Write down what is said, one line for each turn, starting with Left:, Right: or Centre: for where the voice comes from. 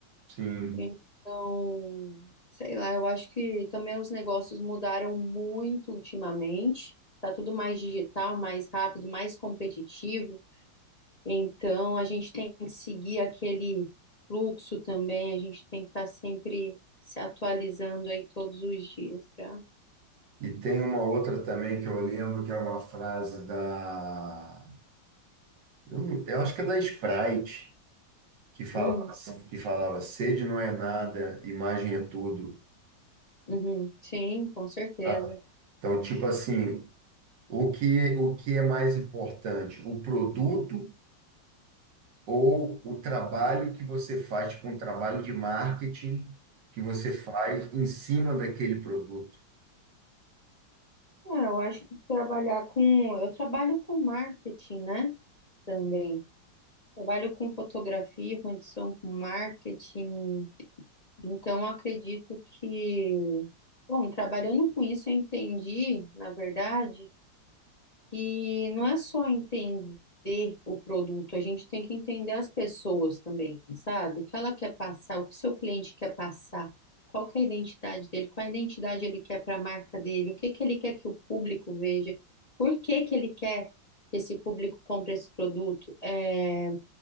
Right: sim.
Left: Então, sei lá, eu acho que também os negócios mudaram muito ultimamente. Tá tudo mais digital, mais rápido, mais competitivo. Então, a gente tem que seguir aquele fluxo também. A gente tem que estar sempre se atualizando aí todos os dias para.
Right: E tem uma outra também que eu lembro que é uma frase da. Eu, não- eu acho que é da Sprite, que falava,
Left: Hum,
Right: assim- que falava: sede não é nada, imagem é tudo.
Left: uhum, sim, com certeza.
Right: tá? Então, tipo assim, o que, o que é mais importante? O produto ou o trabalho que você faz, tipo um trabalho de marketing que você faz em cima daquele produto.
Left: Ah, eu acho que trabalhar com. Eu trabalho com marketing, né? Também. Trabalho com fotografia, com edição, com marketing. Então, acredito que, bom, trabalhando com isso, eu entendi, na verdade. E não é só entender o produto, a gente tem que entender as pessoas também, sabe? O que ela quer passar, o que seu cliente quer passar, qual que é a identidade dele, qual a identidade ele quer para a marca dele, o que que ele quer que o público veja, por que que ele quer que esse público compre esse produto, é,